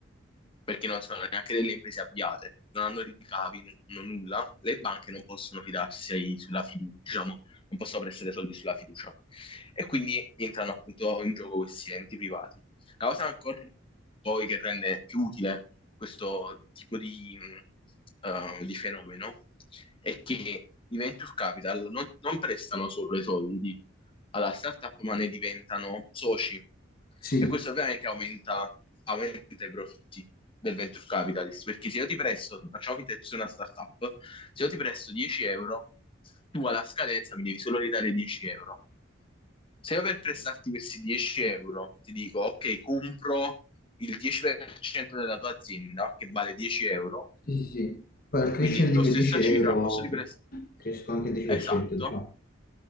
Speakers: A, on the left; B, on the left.
A: perché non sono neanche delle imprese avviate, non hanno ricavi, non hanno nulla, le banche non possono fidarsi sulla fiducia, diciamo, non possono prestare soldi sulla fiducia. E quindi entrano appunto in gioco questi enti privati. La cosa ancora poi che rende più utile questo tipo di, mh, eh, di fenomeno è che i venture capital non, non prestano solo i soldi alla startup, ma ne diventano soci.
B: Sì.
A: E questo ovviamente aumenta, aumenta i profitti del venture capitalist, perché se io ti presto, facciamo finta che tu sia una startup, se io ti presto 10 euro, tu alla scadenza mi devi solo ridare 10 euro. Se io per
B: ok.
A: prestarti questi 10 euro ti dico, ok, compro il 10% della tua azienda, che vale 10 euro,
B: Sì, sì, sì. Poi al crescere
A: quindi
B: di
A: la
B: quei
A: stessa
B: 10 euro
A: cifra al posto di
B: cre-
A: prestare.
B: crescono anche il 10%,
A: Esatto.
B: diciamo.